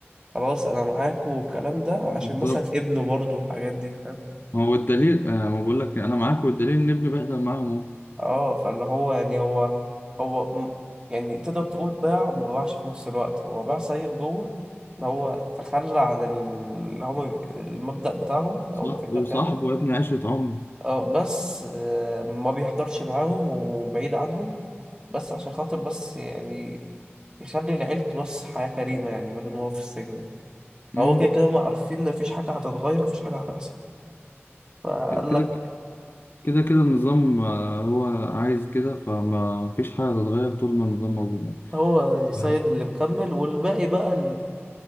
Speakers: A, on the right; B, on the left.
A: خلاص انا معاكوا والكلام ده عشان
B: بالظبط
A: مثلا ابنه برضه والحاجات دي فاهم
B: هو الدليل آه، ما بقول لك انا معاك والدليل ان ابني بيحضر معاهم اهو
A: اه فاللي هو يعني هو هو م- يعني تقدر تقول باع وما باعش في نفس الوقت هو باع سيد جوه اللي هو تخلى عن ال- اللي هو المبدأ بتاعهم
B: صح
A: او الفكرة
B: وصاحبه
A: بتاعتهم
B: يا ابني عشرة عمر
A: اه بس آه، ما بيحضرش معاهم وبعيد عنهم بس عشان خاطر بس يعني يخلي لعيلته بس حياة كريمة يعني بدل ما هو في السجن
B: امم
A: هو كده كده هما عارفين ان مفيش حاجة هتتغير مفيش حاجة هتحصل فقال
B: كده
A: لك
B: كده كده النظام آه، هو عايز كده فما فيش حاجة هتتغير طول ما النظام موجود يعني
A: هو سيد
B: يعني-
A: اللي مكمل والباقي بقى